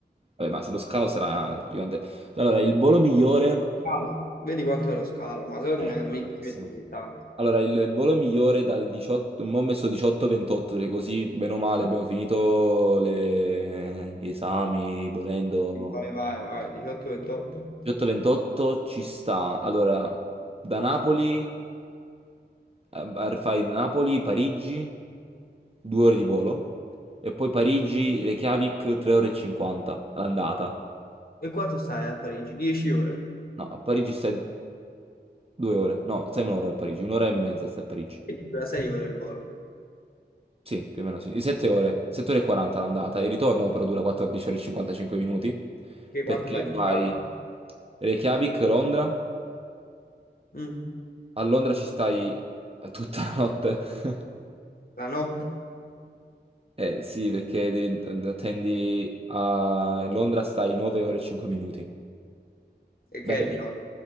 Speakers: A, on the right; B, on the left.
A: Vabbè, ma se lo scalo sarà gigante. Allora, il volo migliore...
B: Scalo. Vedi quanto è lo scalo, ma secondo
A: Eh,
B: me non
A: sarà
B: mica
A: tantissimo.
B: ci metti così tanto.
A: Allora, il volo migliore dal 18... Mo' ho messo 18-28, perché così, bene o male, abbiamo finito le- gli esami, volendo...
B: Vai, vai, vai, 18-28.
A: 18-28 ci sta. Allora, da Napoli, a- a- fai Napoli, Parigi, due ore di volo. E poi Parigi, Reykjavik, 3 ore e 50 all'andata.
B: E quanto stai a Parigi? 10 ore.
A: No, a Parigi stai due ore. No, stai un'ora a Parigi, un'ora e mezza stai a Parigi.
B: Quindi dura 6 ore il volo.
A: Sì, più o meno sì. Sette ore, sette ore e 40 l'andata. Il ritorno però dura 14 ore e 55 minuti.
B: Che
A: Perché
B: quanto fai di
A: fai
B: scalo?
A: Reykjavik, Londra.
B: Mm.
A: A Londra ci stai tutta la notte. <laughs>
B: La notte?
A: Eh sì, perché devi- attendi a Londra stai 9 ore e 5 minuti.
B: E
A: Dalle
B: che è di notte?